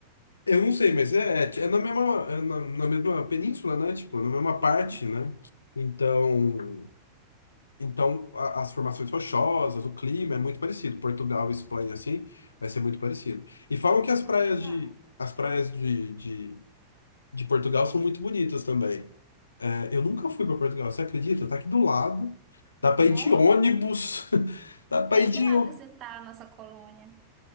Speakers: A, on the left (about 75°); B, on the right (about 35°).
A: Eu não sei, mas é, é, é na mesma, é na, na mesma península, né? Tipo, na mesma parte,
B: Uhum.
A: né? Então, então a- as formações rochosas, o clima é muito parecido. Portugal e Espanha, assim, vai ser muito parecido. E falam que as praias
B: Ah, legal.
A: de, as praias de, de de Portugal são muito bonitas também. É, eu nunca fui para Portugal, você acredita? Tá aqui do lado. Dá para
B: Né?
A: ir de ônibus. <laughs> Dá para
B: Tem
A: ir de.
B: que ir lá
A: ô-
B: visitar a nossa colônia.